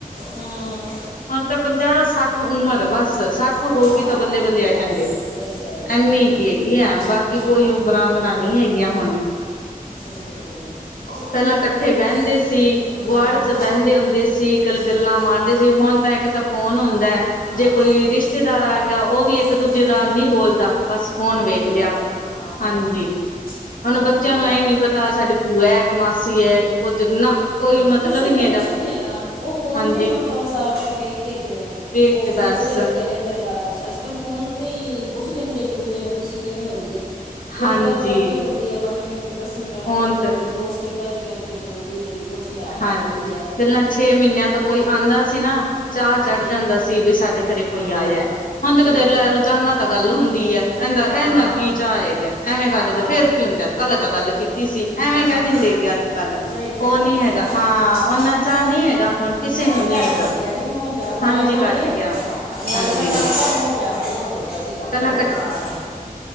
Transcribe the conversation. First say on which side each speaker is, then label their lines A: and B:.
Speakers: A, on the left; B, on the left.
A: ਹਮ
B: ਹੁਣ ਤਾਂ ਪੰਜਾਹ ਸੱਠ ਉਮਰ ਬਸ ਸੱਠ
A: ਹਾਂ
B: ਹੋ ਗਈ ਤਾਂ ਬੱਲੇ-ਬੱਲੇ ਆ
A: ਬਸ
B: ਕੈਂਦੇ।
A: ਸਹੀ ਗੱਲ ਹੈ ਜੀ
B: ਏਨੀ
A: ਹਾਂਜੀ
B: ਕੀ ਹੈਗੀ ਐ ਬਾਕੀ
A: ਹਮ
B: ਕੋਈ ਉਮਰਾਂ-ਉਮਰਾਂ ਨੀ ਹੈਗੀਆਂ ਹੁਣ।
A: ਸਈ ਗੱਲ ਏ ਜੀ।
B: ਪੈਲਾ ਕੱਠੇ
A: ਬਸ
B: ਬੈਂਦੇ ਸੀ
A: ਹਮ
B: ਗੁਆਰ 'ਚ ਬੈਂਦੇ ਹੁੰਦੇ ਸੀ ਕੱਲ ਗੱਲਾਂ
A: ਹਮ
B: ਮਾਰਦੇ ਜੀ ਹੁਣ ਤਾਂ ਏਕ ਤਾਂ ਫੋਨ ਹੁੰਦਾ ਐ।
A: ਹਾਂ
B: ਜੇ ਕੋਈ ਰਿਸ਼ਤੇਦਾਰ ਆ ਗਿਆ ਓਵੀ ਏਕ-ਦੂਜੇ
A: ਹਮ
B: ਨਾਲ ਨੀ ਬੋਲਦਾ ਬਸ ਫੋਨ
A: ਨਹੀਂ
B: ਵੇਖ
A: ਬੋਲਦਾ
B: ਲਿਆ।
A: ਜੀ ਹਾਂ।
B: ਹਾਂਜੀ
A: ਫੋਨ ਫੋਨ
B: ਹੁਣ ਬੱਚਿਆਂ
A: ਤੇ ਉਹ
B: ਨੂੰ ਐ ਨੀ ਪਤਾ ਸਾਡੀੇ ਭੂਆ ਐ ਕੇ ਮਾਸੀ ਐ ਇਕ ਕੁੱਝ ਨਾ ਕੋਈ
A: ਹਾਂ
B: ਮਤਲਬ
A: ਕਿਸੇ
B: ਹੀ
A: ਨੂੰ
B: ਨਹੀਂ
A: ਕੁਛ ਨੀ ਹੈਗਾ ਓਹ ਫੋਨ
B: ਹਾਂਜੀ
A: ਤੇ ਮਤਲਬ ਸਾਰਾ ਕੁਛ ਵੇਖ ਕੇ ਤੇ
B: ਵੇਖ
A: ਓਹ
B: ਕੇ ਬਸ
A: ਫੋਨ ਤੇ ਈ ਲੱਗੇ ਰੈਂਦੇ ਸਾਰਾ ਕੁਛ ਅੱਜ-ਕੱਲ ਫੋਨ ਤੇ ਈ ਪੁੱਛ ਲੈਦੇ ਏਕ-ਦੂਜੇ ਨੂੰ ਤੁਸੀ ਕਿਵੇ ਹੋ ਜੀ। ਜੇੜੀ
B: ਹਾਂਜੀ
A: ਗੱਲ ਕਰਨੀ ਹੁੰਦੀ ਐ ਪੰਜ ਮਿੰਟ-ਦਸ ਮਿੰਟਾਂ ਜਾਂ
B: ਫੋਨ
A: ਅੱਧੇ ਘੰਟੇ
B: ਤੇ
A: ਓ ਦੋ ਸਕਿੰਟਾਂ 'ਚ ਕਰਕੇ ਚਲੋ ਠੀਕ ਐ ਜੀ। ਪੁੱਛ ਲਿਆ ਹਾਲ
B: ਹਾਂਜੀ,
A: ਚਾਲ ਵਧੀਆ ਹੈ
B: ਪੈਲਾ ਛੇ ਮੀਨਿਆਂ ਤੋ ਕੋਈ ਆਂਦਾ ਸੀ ਨਾ ਚਾਅ
A: ਹਾਂਜੀ
B: ਚੜ ਜਾਦਾ ਸੀ ਵੀ ਸਾਡੇ ਤੇਰੇ
A: ਹਾਂ
B: ਕੋਈ ਆਯਾ, ਹੁਣ ਤੇ
A: ਸਹੀ
B: ਕਤੇ
A: ਗੱਲ
B: ਰੇ ਲੈ
A: ਹੈ
B: ਰੋਜ਼ਾਨਾ ਤਾਂ ਗੱਲ ਹੁੰਦੀ ਐ ਏਦਾ
A: ਹਾਂ
B: ਏਨਾ ਕੀ ਚਾ ਹੈਗਾ। ਐਵੇ
A: ਹਾਂ
B: ਕਰ ਦਿੰਦੇ ਫੇਰ ਕੀ ਹੁੰਦਾ ਕੱਲ ਤਾਂ ਗੱਲ ਕੀਤੀ ਸੀ ਐਵੇ
A: ਹਾਂ
B: ਕੈ ਦਿੰਦੇ ਅੱਜ-ਕੱਲ
A: ਸਹੀ ਗੱਲ
B: ਓਹ ਨੀ
A: ਜੀ
B: ਹੈ
A: ਸਹੀ
B: ਗਾ
A: ਗੱਲ
B: ਹਾਂ ਓਨਾ ਚਾਅ
A: ਉਹ
B: ਨੀ ਹੈਗਾ ਹੁਣ ਕਿਸੇ
A: ਮੋਹ
B: ਨੂੰ
A: ਪਿਆਰ
B: ਨੀ ਹੈਗਾ।
A: ਘਟ ਗਿਆ ਜੀ ਮੋ ਪਿਆਰ ਮੋਬਾਈਲਾਂ
B: ਹਾਂਜੀ
A: ਨੇ।
B: ਘੱਟ ਗਿਆ
A: ਮੋਬਾਇਲਾਂ
B: ਹਾਂਜੀ
A: ਕਰਕੇ ਮੋ ਪਿਆਰ ਬੋਤ ਹੋ ਗਿਆ ਜੀ ਘੱਟ
B: ਪਹਿਲਾਂ
A: ਹੋ ਗਿਆ ਸਾਰਿਆਂ ਨੂੰ